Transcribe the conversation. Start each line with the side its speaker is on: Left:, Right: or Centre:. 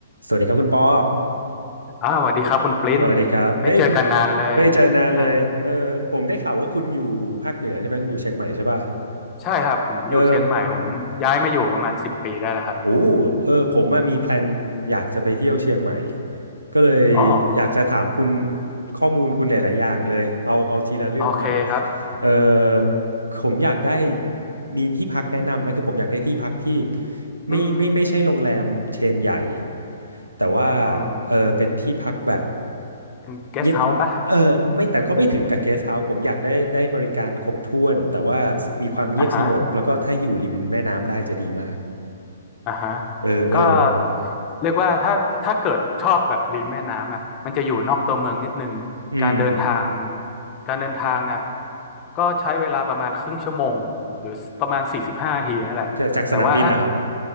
Right: สวัสดีครับคุณปอ
Left: อ่าสวัสดีครับคุณปริ้น
Right: สวัสดีครับเอ้ยคุณ
Left: ไม่เจอกันนานเลย
Right: ไม่เจอนานเลยเออผมได้ข่าวว่าคุณอยู่ภาคเหนือใช่ไหม
Left: อ่า
Right: คุณอยู่เชียงใหม่ใช่ป่ะ
Left: ใช่ครับผมอยู่เชียงใหม่ผมย้ายมาอยู่ประมาณสิบปีได้แล้วครับ
Right: เออ โอ้เออผมอะมีแพลนอยากจะไปเที่ยวเชียงใหม่ ก็เลย
Left: อ๋อ
Right: อยากจะถามคุณข้อมูลคุณหลายๆอย่างเลยเอาเอาทีละเรื่องก่อน
Left: โอเคครับ
Right: เออผมอยากได้มีที่พักแนะนำไหมคือผมอยากได้ที่พักที่ไม่ไม่ไม่ใช่โรงแรมเชนใหญ่
Left: อืม
Right: แต่ว่า
Left: อืม
Right: เออเป็นที่พักแบบ
Left: เป็นเกสต์เฮาส์ปะ
Right: เงียบเออไม่แต่ก็ไม่ถึงกับเกสต์เฮาส์ผมอยากได้ได้บริการครบถ้วนแต่ว่ามีความเงียบสงบแล้วก็ถ้าอยู่ริมแม่น้ำได้จะดีมาก
Left: อ่าฮะอ่าฮะ
Right: เออเออ
Left: ก็เรียกว่าถ้าถ้าเกิดชอบแบบริมแม่น้ำอ่ะมันจะอยู่นอกตัวเมืองนิดนึง
Right: อืม
Left: การเดินทางการเดินทางอ่ะก็ใช้เวลาประมาณครึ่งชั่วโมงหรือประมาณสี่สิบห้านาทีนั่นแหละแต่ว่าถ้า
Right: จากจากสนามบินนะครับ